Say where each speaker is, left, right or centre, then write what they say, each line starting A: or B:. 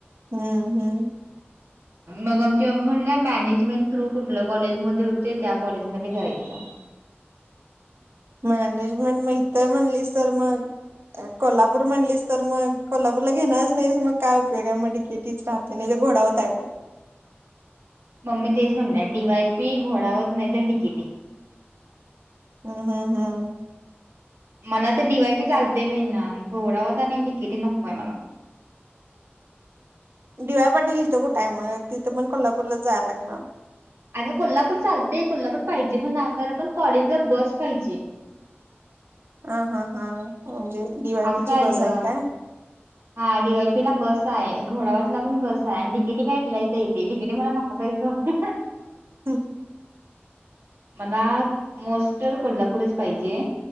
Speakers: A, on the right (about 65°); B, on the right (about 80°).
A: हम्म हम्म.
B: मग आमची <unintelligible> बाबा म्हण मॅनेजमेंट थ्रू कुठल्या कॉलेज मध्ये होतेय त्या कॉलेज मध्ये करायच.
A: मॅनेजमेंट म इथ तर म्हणलीस तर मग कोल्हापूर म्हणलीस तर मग कोल्हापूरला घेणारच नाहीस मग काय उपयोग आहे मग डिकिटीच राहते नाही ते घोडावत आहे बघ.
B: मम्मी तेच म्हणटल्या डीवायपी घोडावत नाही तर डिकेटि.
A: हम्म हम्म हम्.
B: मला तर डीवाय बी चालतय बाई ना. घोडावत आणि डिकेटी नको आहे मला.
A: डीवाय पाटील इथं कुठय म तिथं पण कोल्हापूरला जायं लागणार.
B: आग कोल्हापूर चालतय कोल्हापूर पाहिजे पण खर पण कॉलेजला बस पाहिजे.
A: हा हा हा म्हणजे डीवायपीची
B: असं
A: बस
B: ग
A: आहे काय?
B: हा डीवायपी ला बस आहे. घोडावतला पण बस आहे. आणि डिकिटी काय इथल्या इथ यतय डिकेटी मला नको बाई सोड.
A: हम.
B: मला मोस्टर कोल्हापूरच पाहिजे.